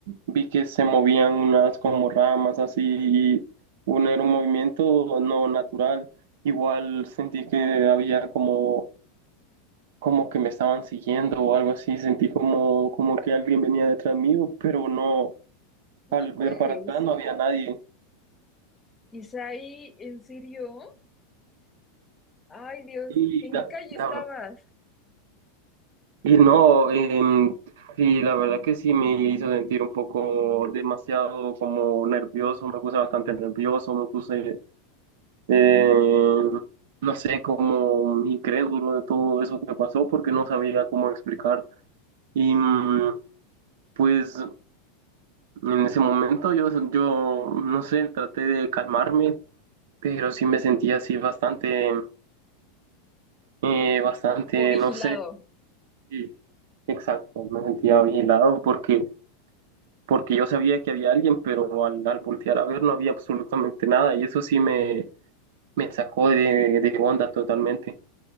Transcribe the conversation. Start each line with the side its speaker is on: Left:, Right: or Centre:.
Right: vi que se movían unas como ramas así, y uno era un movimiento no natural. Igual sentí que había como como que me estaban siguiendo o algo así, sentí como, como que alguien venía detrás mío, pero no,
Left: no
Right: al ver
Left: juegues.
Right: para atrás no había nadie.
Left: Isaí, ¿en serio? Ay, Dios,
Right: Y,
Left: ¿en
Right: la-
Left: qué calle estabas?
Right: la- y no, em, y la verdad que sí me hizo sentir un poco demasiado como nervioso, me puse bastante nervioso, me puse, eh, no sé, como incrédulo de todo eso que pasó porque no sabía cómo explicar. Y mm, pues En ese momento yo, yo, no sé, traté de calmarme, pero sí me sentía así bastante, eh, bastante,
Left: Como vigilado.
Right: no sé, sí, exacto, me sentía vigilado porque, porque yo sabía que había alguien, pero al, al voltear a ver no había absolutamente nada y eso sí me, me sacó de, de onda totalmente.